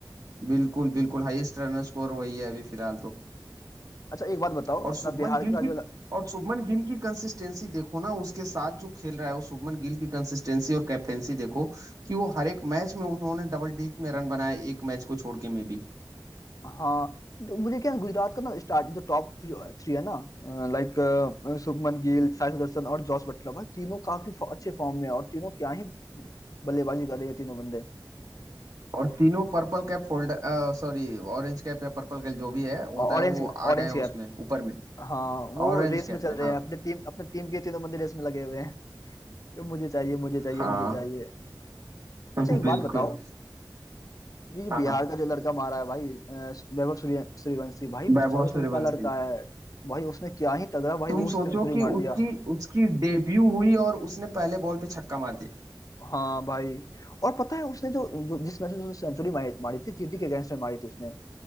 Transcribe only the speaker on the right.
बिल्कुल बिल्कुल हाईएस्ट रन स्कोर वही है अभी फिलहाल तो
और शुभमन
गिल
की
और शुभमन गिल की कंसिस्टेंसी देखो ना उसके साथ जो खेल रहा है वो शुभमन गिल की कंसिस्टेंसी और कैप्टेंसी देखो कि वो हर एक मैच में उन्होंने डबल डिजिट में रन बनाए एक मैच को छोड़ के में भी
और तीनों purple cap folder sorry orange cap या पर्पल कैप जो भी है होता
है वो आ
गए हैं
उसमें ऊपर में
ऑरेंज
कैप
में हाँ
हाँ
<laughs>
बिल्कुल
हाँ
हाँ
वैभव
सूर्यवंशी
तुम
सोचो कि
उसकी उसकी डेब्यू हुई और उसने पहले बॉल पे छक्का मार दिया